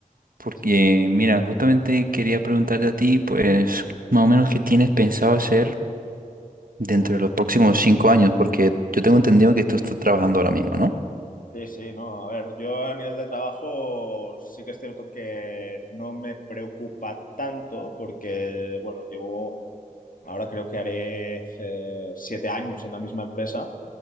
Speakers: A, on the right; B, on the left.
A: Porque,
B: sí, sí.
A: mira, justamente quería preguntarte a ti, pues, más o menos qué tienes pensado hacer dentro
B: Uf.
A: de los próximos cinco años, porque yo tengo entendido que tú estás trabajando ahora mismo, ¿no?
B: Sí, sí, no, a ver, yo a nivel de trabajo sí que es cierto que no me preocupa tanto porque, bueno, llevo Ahora creo que haré eh, siete años en la misma empresa.